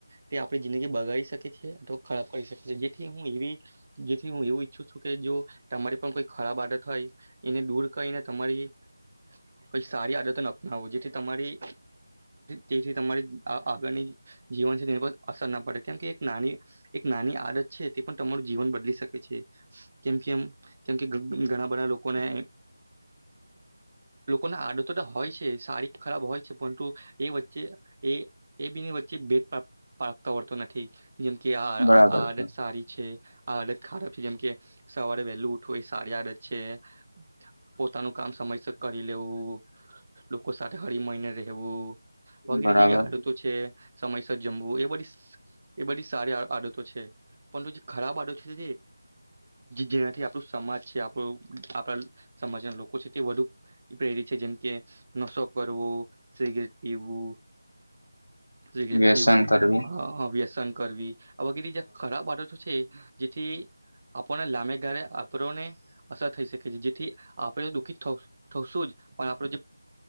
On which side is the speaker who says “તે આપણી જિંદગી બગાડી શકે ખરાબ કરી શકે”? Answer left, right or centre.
Right